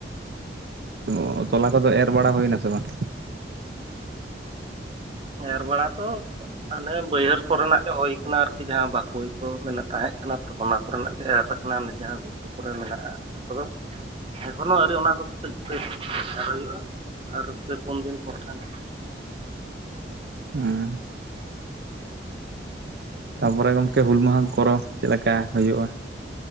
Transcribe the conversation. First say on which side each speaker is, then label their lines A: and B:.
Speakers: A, on the right; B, on the right.
A: ᱚᱻᱻ ᱛᱚᱞᱟ ᱠᱚᱫᱚ ᱮᱨ ᱵᱟᱲᱟ ᱦᱩᱭ ᱮᱱᱟ ᱥᱮ ᱵᱟᱝ?
B: ᱮᱨ ᱵᱟᱲᱟ ᱫᱚ ᱚᱱᱮ, ᱵᱟᱹᱭᱦᱟᱹᱲ ᱠᱚᱨᱮᱱᱟᱜ ᱜᱮ ᱦᱩᱭ ᱠᱟᱱᱟ ᱾ ᱡᱟᱦᱟᱸ ᱵᱟᱠᱚᱭ ᱠᱚ ᱢᱮᱱᱟᱜ ᱛᱟᱦᱮᱸᱫ ᱠᱟᱱᱟ ᱛᱚ ᱚᱱᱟ ᱠᱚᱨᱮᱱᱟᱜ ᱜᱮ ᱮᱨ ᱟᱠᱟᱱᱟ ᱡᱟᱦᱟᱸ ᱜᱷᱩᱴᱩ ᱠᱚᱨᱮ ᱢᱮᱱᱟᱜᱼᱟ ᱾ ᱠᱚ ᱫᱚᱜ ᱮᱠᱷᱚᱱᱳ ᱟᱹᱣᱨᱤ, ᱚᱱᱟ ᱫᱚ ᱠᱟᱹᱡ ᱠᱟᱹᱡ ᱮᱨ ᱦᱩᱭᱩᱜᱼᱟ, ᱟᱨ ᱯᱮ ᱯᱩᱱ ᱫᱤᱱ ᱯᱚᱨ ᱠᱷᱟᱱ ᱜᱮ ᱾
A: ᱦᱩᱸᱻ, ᱛᱟᱯᱚᱨᱮ ᱜᱚᱢᱠᱮ ᱦᱩᱞ ᱢᱟᱦᱟ ᱠᱚᱨᱚ ᱪᱮᱫ ᱞᱮᱠᱟ ᱦᱩᱭᱩᱜᱼᱟ?